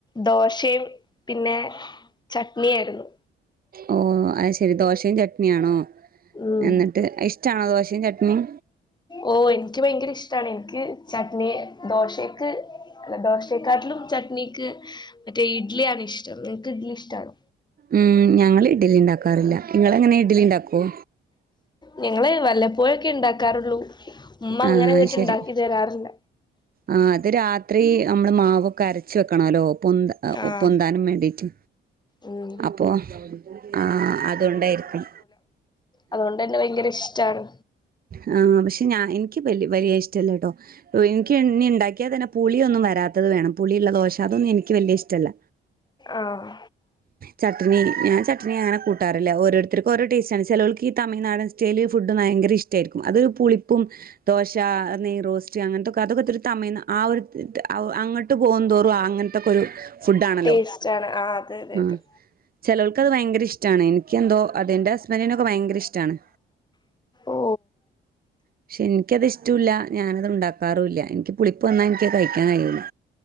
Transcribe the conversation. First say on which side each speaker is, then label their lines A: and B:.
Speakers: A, on the left; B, on the right.
A: ദോശയും പിന്നെ ചട്നിയാരുന്നു.
B: ഓഹ് അത് ശെരി ദോശയും ചട്നിയാണോ
A: ഉം
B: എന്നിട്ട് ഇഷ്ടാണോ ദോശയും ചട്നിം
A: ഓഹ് എനിക്ക് ഭയങ്കര ഇഷ്ടാണ് എനിക്ക് ചട്നിയ ദോശക്ക് ദോശ കാട്ടിലും ചട്നിക്ക് മറ്റേ ഇഡ്ലിയാണ് ഇഷ്ടം എൻക്ക് ഇഡ്ഡ്ലി ഇഷ്ടാണ്
B: ഉം ഞങ്ങള് ഇഡ്ഡലി ഇണ്ടാക്കാറില്ല നിങ്ങള് എങ്ങനെയാ ഇഡ്ഡലി ഇണ്ടാക്കുവോ
A: ഞങ്ങള് വല്ലപ്പോഴൊക്കെ ഇണ്ടാക്കാറുള്ളൂ ഉമ്മ അങ്ങനെ
B: ആഹ്
A: ഇങ്ങട്ട്
B: ശരി
A: ഇണ്ടാക്കി തരാറില്ല
B: ആ അത് ര ത്തി നമ്മള് മാവൊക്കെ അരച്ച് വെക്കണല്ലോ പൊന്ത
A: ആഹ്
B: പൊന്താനും വേണ്ടീട്ട്
A: ഉം
B: അപ്പോ ആ അതൊണ്ടായിരിക്കും
A: അതൊണ്ടന്നെ ഭയങ്കര ഇഷ്ടാണ്
B: ആ പക്ഷെ ഞാൻ എനിക്ക് വലിയ ഇഷ്ടല്ലട്ടോ ക്ക് ഇനി ഇണ്ടാക്കിയാ തന്നെ പുളിയൊന്നും വരാത്തത് വേണം പുളിയുള്ള ദോശ അതൊന്നും എനിക്ക് വലിയ ഇഷ്ടല്ല
A: ആഹ്
B: ചട്ണി ഞാൻ ചട്ണി അങ്ങനെ കൂട്ടാറില്ല ഓരോര് ത്രക്കും ഓരോ ടേസ്റ്റാണ് ചിലോൾക്ക് ഈ തമിഴ്നാടൻ സ്റ്റൈല് ഫുഡ് ഭയര ഇഷ്ടായിരിക്കും അത് പുളിപ്പും ദോശ നെയ്റോസ്റ്റ് അങ്ങൻത്തെ അതൊക്കെ ഒത്തിരി തമിയ് ആ ഒരു അങ്ങട്ട് പോകും തോറും അങ്ങൻത്തെക്കൊരു ഫുഡാണല്ലോ
A: ടേസ്റ്റ് ആണ് ആഹ് അതെ അതെ
B: ആ
A: അതെ
B: ചിലോൾക്കത് ഭയങ്കര ഇഷ്ട ഇഷ്ടമാണ് എനിക്ക് എന്തോ അതന്റെ ഹസ്ബന്റനൊക്കെ ഭയങ്കര ഇഷ്ടമാണ്
A: ഓ
B: പക്ഷെ എനിക്കത് ഇഷ്ടവു ഇല്ല. ഞാനത് ഉണ്ടാക്ക ക്കാറു ഇല്ല. എനിക്ക് പുളിപ്പ് വന്നാ എനിക്ക് കഴിക്കാൻ കഴിയില്ല.